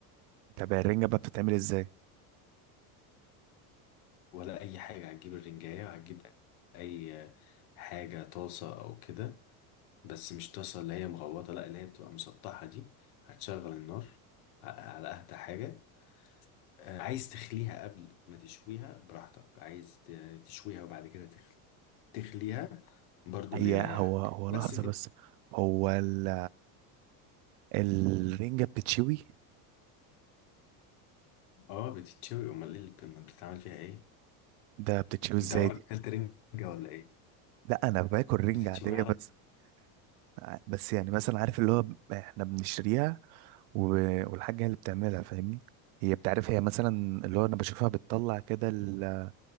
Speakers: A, on the right; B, on the left.
A: <laughs> طب الرنجه بقى بتتعمل ازاي
B: ولا اي حاجه هتجيب الرنجايه وهتجيب اي حاجه طاسه او كده بس مش طاسه اللي هي مغوطه لا اللي هي بتبقى مسطحه دي هتشغل النار ع- على اهدى حاجه آه، عايز تخليها قبل ما تشويها براحتك عايز ت- تشويها وبعد كده تخلي تخليها برضو
A: هي
B: اللي يريحك
A: هو هو لحظه
B: بس كده
A: بس هو ال... الرنجه بتتشوي
B: اه بتتشوي امال ايه اللي امال بتعمل فيها ايه
A: ده بتتشوي ازاي
B: انت عمرك
A: دي
B: اكلت رنجه ولا ايه
A: لا انا باكل رنجه
B: بتتشوي
A: عاديه
B: على
A: بس آه، بس يعني مثلا عارف اللي هو ب- احنا بنشتريها و- والحاجة هي اللي بتعملها فاهمني هي بتعرف هي مثلا اللي هو انا بشوفها بتطلع كده ال-